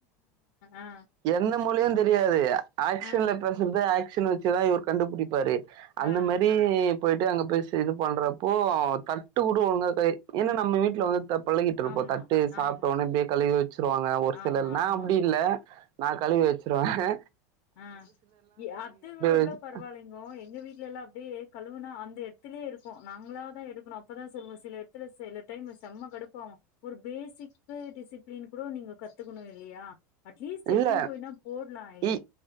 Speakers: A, on the left (about 60°); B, on the right (about 50°).
A: ஆ
B: என்ன மொழியுந் தெரியாது ஏக்ஷன்ல
A: ஆ
B: பெசறது எக் ச்சுனு வெச்சதா இவர் கண்டுபுடிப்பாரே அந்த
A: ஆ ஆ
B: மேரி போயிட்டு அங்க பேசி இது பண்றப்போ அவ தட்டு கூட ஒழுங்கா கை ஏன்ன நம்ம வீட்ல வ த பழகிட்ருப்போ
A: ஆமா
B: தட்டு சாப்ட்ட
A: ஆமா
B: உனே இப்டே கழுவி வெ ச்சிருவாங்க ஒரு
A: ஆமா
B: சிலல் நா
A: ஆமா
B: அப்டி இல்ல நா கழுவி வெச்சிருவே
A: ம் இ அது எவ்ளோ
B: வச்சு-
A: பரவாலிங்கோ எங்க வீட்ல எல்லா அப்டியே கழுவுனா அந்த எ த்துலியே இருக்கு நாங்ளா தா எடுக்குணு அப்பதா சொல்வோ சில எட்த்துல சில டைமு செம்ம கடுப்பாவு ஒரு பேசிக்கு டிசிப்ளின் கூடொ நீங்க கத்துக்குணு இல்லியா அட்லீஸ்ட்
B: இல்ல
A: எட்துனு போய்னா போட்லா இல்
B: இ